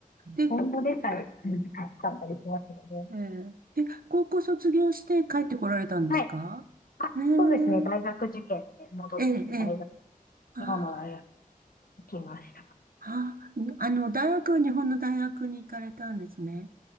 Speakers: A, on the right (about 75°); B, on the left (about 75°).
A: で、
B: 今後でさえ難しかったりしますよね。
A: えーで、高校卒業して帰ってこられたんですかえー、
B: はい。あ、そうですね、大学受験で戻ってきて、
A: ええ、ええ。
B: 大学、
A: あ、
B: 日本の大学行きました。
A: あ、あの、大学は日本の大学に行かれたんですね。